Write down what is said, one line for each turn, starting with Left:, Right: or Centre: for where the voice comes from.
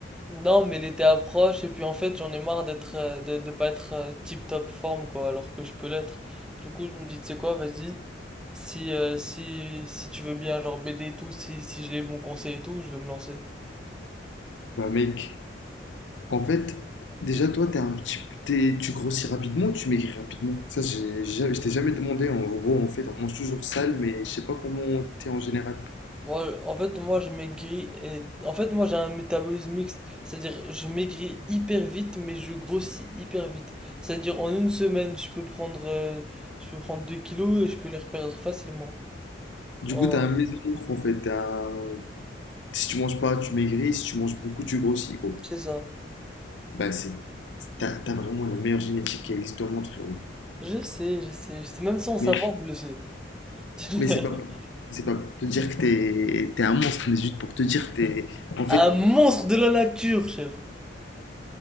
Centre: Non, mais l'été approche, et puis en fait, j'en ai marre d'être, euh, de, de pas être tip top forme, quoi, alors que je peux l'être. Du coup, je me dis, tu sais quoi, vas-y. Si, euh, si, si tu veux bien, genre BD et tout, si, si j'ai les bons conseils et tout, je vais me lancer.
Left: Bah mec, en fait, déjà toi t'es un petit, t'es- tu grossis rapidement, tu maigris rapidement. Ça, j'ai, jamais- je t'ai jamais demandé. En gros, en fait, on mange toujours sale, mais je sais pas comment t'es en général.
Centre: Moi, en fait, moi, je maigris et... En fait, moi, j'ai un métabolisme mixte. C'est-à-dire, je maigris hyper vite, mais je grossis hyper vite. C'est-à-dire, en une semaine, je peux prendre, euh, je peux prendre 2 kilos et je peux les reperdre facilement.
Left: Du
Centre: Oh,
Left: coup, t'as un mésomorphe en fait, t'es un, Si tu manges pas, tu maigris. Si tu manges beaucoup, tu grossis, gros.
Centre: c'est ça.
Left: Bah, c'est, t'as, t'as vraiment la meilleure génétique qui existe au monde, frérot.
Centre: Je sais, je sais, je sais. Même sans savoir,
Left: Mais,
Centre: je le sais. <laughs>
Left: mais c'est pas pour, c'est pas pour te dire que t'es, t'es un monstre, mais juste pour te dire que t'es, en
Centre: Un
Left: fait,
Centre: monstre de la nature, chef.